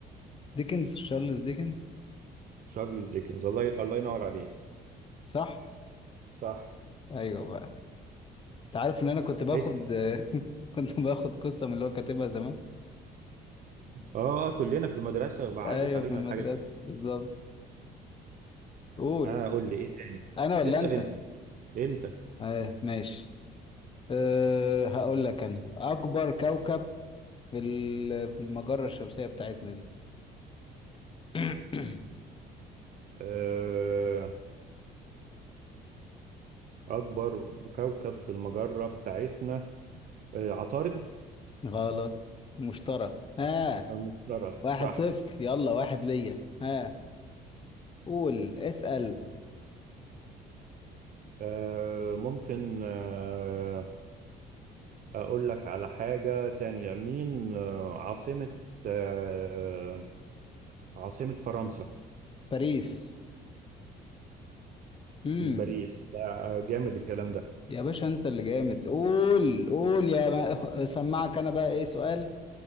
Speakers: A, on the left; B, on the right.
A: ديكنز شارلز ديكنز
B: شارلز ديكنز الله ي... الله ينور عليه
A: صح
B: صح
A: ايوه بقى انت عارف ان انا كنت باخد
B: اسال
A: <laughs> كنت باخد قصة من اللي هو كاتبها زمان
B: اه آه، كلنا في المدرسه عدت
A: ايوه
B: علينا
A: في المدرسة
B: الحاجات دي
A: بالظبط قول
B: اه قول لي ايه تاني
A: انا ولا
B: اسال
A: انت
B: انت انت
A: آه ماشي أه هقول لك انا اكبر كوكب في ال- في المجرة الشمسية بتاعتنا دي <clears throat>
B: آه اكبر كوكب في المجره بتاعتنا آه عطارد
A: غلط مشترى ها
B: المشتري
A: واحد
B: صح
A: صفر يلا واحد ليا ها قول اسأل
B: آه ممكن آه أقول لك على حاجة تانية مين آه، عاصمة آه، عاصمة فرنسا
A: باريس امم
B: باريس ده آه، جامد الكلام ده
A: يا باشا انت اللي جامد قول قول يا ما... <laughs> سمعك انا بقى ايه سؤال